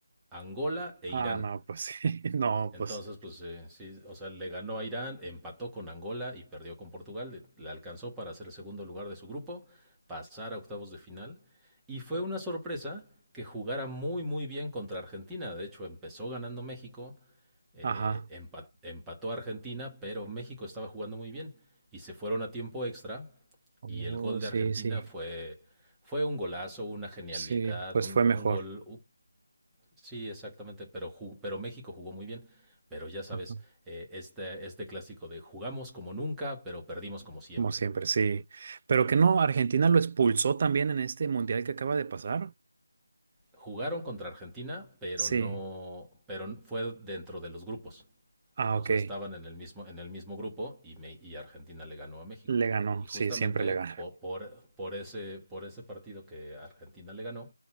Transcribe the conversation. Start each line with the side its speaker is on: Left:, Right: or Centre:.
Centre: Angola e
Right: Ah,
Centre: Irán.
Right: no, pues sí, <laughs> no,
Centre: Entonces,
Right: pues,
Centre: pues eh, sí, o sea, le ganó a Irán, empató con Angola y perdió con Portugal. Le, alcanzó para ser el segundo lugar de su grupo, pasar a octavos de final. Y fue una sorpresa que jugara muy, muy bien contra Argentina. De hecho, empezó ganando México, eh,
Right: ajá.
Centre: empa- empató a Argentina, pero México estaba jugando muy bien. Y se fueron a tiempo extra.
Right: Oh,
Centre: Y el gol
Right: sí,
Centre: de Argentina
Right: sí,
Centre: fue, fue un golazo, una genialidad,
Right: sí, pues
Centre: un,
Right: fue mejor,
Centre: un gol u- Sí, exactamente, pero, ju- pero México jugó muy bien. Pero ya sabes,
Right: Ajá,
Centre: eh, este, este clásico de jugamos como nunca, pero perdimos como siempre.
Right: como siempre, sí. Pero que no, Argentina lo expulsó también en este mundial que acaba de pasar.
Centre: Jugaron contra Argentina, pero
Right: Sí,
Centre: no, pero fue dentro de los grupos.
Right: ah,
Centre: O
Right: ok,
Centre: sea, estaban en el mismo, en el mismo grupo y, me- y Argentina le ganó a México.
Right: le ganó,
Centre: Y justamente
Right: sí, siempre le gana.
Centre: po- por, por, ese, por ese partido que Argentina le ganó,